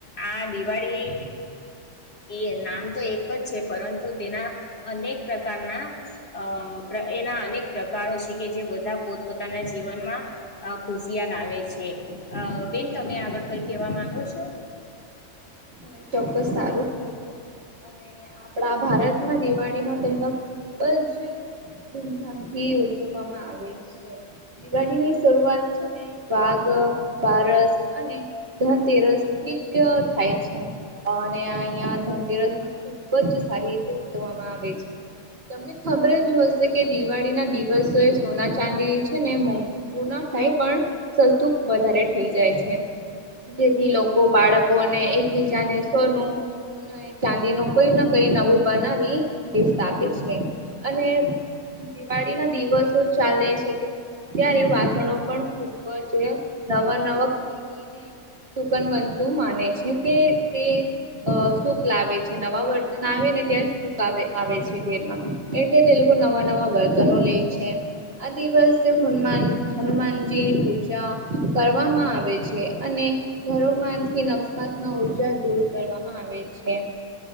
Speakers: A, on the left; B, on the right.
A: આ દિવાળી. એ નામ તો એક જ છે પરંતુ તેના અનેક પ્રકારના. અ એના અનેક પ્રકારો છે કે જે બધા પોતપોતાના જીવનમાં. અ ખુશિયા આવે છે બેન તમે આગળ કઈ કેવા માંગો છો.
B: તમે ચોક્કસ સારું કીધું. અને આપણા ભારતમાં દિવાળી નો તહેવાર ખુબ જ. ધૂમધામથી ઉજવવામાં આવે છે દિવાળીની શરૂઆત છે ને. વાઘ બારસ અને ધનતેરસ થી જ. ભાઈ છે અને અહિયાં ધનતેરસ પણ. ખુબ જ સારી રીતે ઉજવવામાં આવે છે. તમને ખબર જ હશે કે દિવાળી ના દિવસો એ સોના ચાંદીલી છે. ને એ ના થાય પણ. સસ્તું વધારે થઈ જાય છે જેથી લોકો બાળકો. એકબીજાને સોનું. ચાંદી ન કોઈ ના કઈ નવું બનાવી ગિફત આપે છે અને. દિવાળી ના દિવસો ચાલે છે કે. ત્યારે વાસણો પણ ખુબ જ નવા નવા ખરીદી સુકનવંતુ માને છે. જે કે તે સુખ લાવે છે નવા વર્તન આવે ને ત્યાં આવે આવે છે ઘેરમાં એટલે તે લોકો નવા નવા વર્તનો લે છે. આ દિવસે હનુમાન હનુમાનજીની પૂજા કરવામાં આવે છે અને ઘરોમાંથી નકસ્માતમાં ઉર્જા દૂર કરવામાં આવે છે.